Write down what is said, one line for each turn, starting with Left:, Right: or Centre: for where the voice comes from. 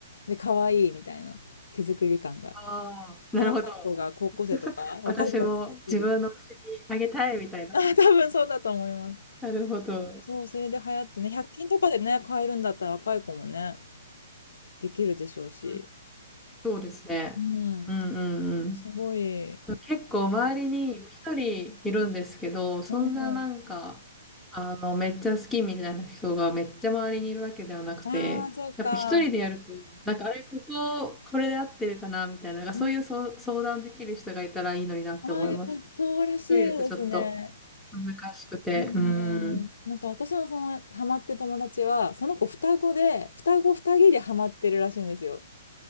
Left: で、可愛いみたいな手作り感が。
Centre: ああ、
Left: で、
Centre: なるほど。
Left: 若い子が高校生とか、
Centre: <laughs>
Left: 若い子が作ってる。
Centre: 私も自分の推しにあげたいみたいな。
Left: あ、多分そうだと思います。
Centre: なるほど。
Left: そう、それで流行ってね、100均とかでね、買えるんだったら若い子もね、できるでしょうし。
Centre: うん、<laughs> そうですね。
Left: うん、
Centre: うんうんうん。
Left: すごい。
Centre: 結構周りに一人いるんですけど、そんななんか、
Left: うん。
Centre: あの、めっちゃ好きみたいな人がめっちゃ周りにいるわけではなくて、
Left: ああ、そっか。
Centre: やっぱ一人でやると、なんかあれ、ここ、これで合ってるかなみたいな、なんかそういうそう相談できる人がいたらいいのになって思います。
Left: うん。ああ、やっぱそうらしいですね。
Centre: 一人だとちょっと難しくて、
Left: う
Centre: うん。
Left: ん。なんか私のそのハマってる友達は、その子双子で、双子二人でハマってるらしいんですよ。